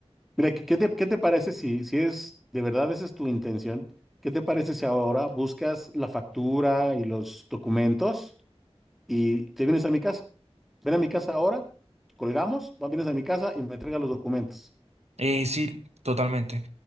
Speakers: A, in the centre; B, on the right.
A: Mira, ¿qué, qué te, qué te parece si, si es de verdad esa es tu intención? ¿Qué te parece si ahora buscas la factura y los documentos y te vienes a mi casa? Ven a mi casa ahora, colgamos, va- vienes a mi casa y me entregas los documentos.
B: Eh, sí, totalmente.